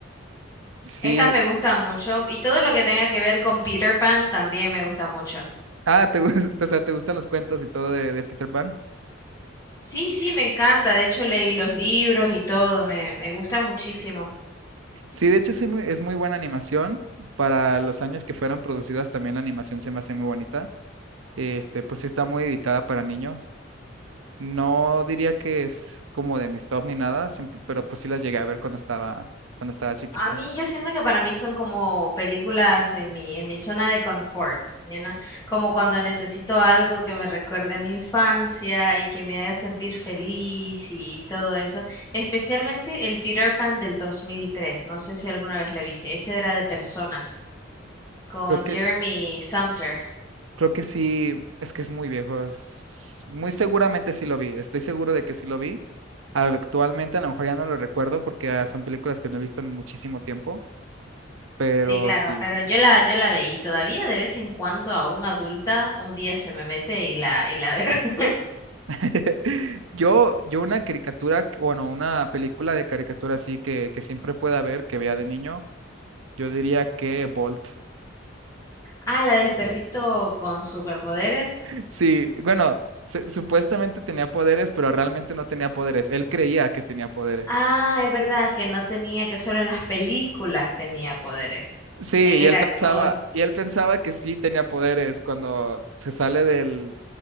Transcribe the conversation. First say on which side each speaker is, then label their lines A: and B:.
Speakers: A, on the right; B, on the left.
A: Sí.
B: Esas me gustan mucho y todo lo que tenga que ver con Peter Pan también me gusta mucho.
A: Ah, te, gus- <laughs> o sea, ¿te gustan los cuentos y todo de, de Peter Pan?
B: Sí, sí, me encanta. De hecho leí los libros y todo, me, me gustan muchísimo.
A: Sí, de hecho sí muy- es muy buena animación. Para los años que fueron producidas también la animación se me hace muy bonita. Este, pues sí está muy dedicada para niños. No diría que es como de mis top ni nada, simp- pero pues sí las llegué a ver cuando estaba, cuando estaba chiquito.
B: A mí, yo siento que para mí son como películas en mi, en mi zona de confort, you know, Como cuando necesito algo que me recuerde a mi infancia y que me haga sentir feliz y todo eso. Especialmente el Peter Pan del 2003, no sé si alguna vez lo viste, ese era de personas, con
A: Creo que,
B: Jeremy Sumter.
A: creo que sí, es que es muy viejo. es- Muy seguramente sí lo vi. Estoy seguro de que sí lo vi. Actualmente a lo mejor ya no lo recuerdo porque ah, son películas que no he visto en muchísimo tiempo, pero
B: Sí, claro,
A: sí.
B: pero yo la, yo la veía y todavía de vez en cuando, aún adulta, un día se me mete y la, y la veo. <laughs>
A: <laughs> Yo, yo una caricatura, que- bueno, una película de caricatura así que, que siempre pueda ver, que vea de niño, yo diría que Bolt.
B: Ah, la del perrito con superpoderes.
A: <laughs> Sí, bueno, se- supuestamente tenía poderes, pero realmente no tenía poderes. Él creía que tenía poderes.
B: Ah, es verdad que no tenía, que solo en las películas tenía poderes.
A: Sí,
B: Él
A: y
B: era
A: él pensaba,
B: actor.
A: y él pensaba que sí tenía poderes cuando se sale del,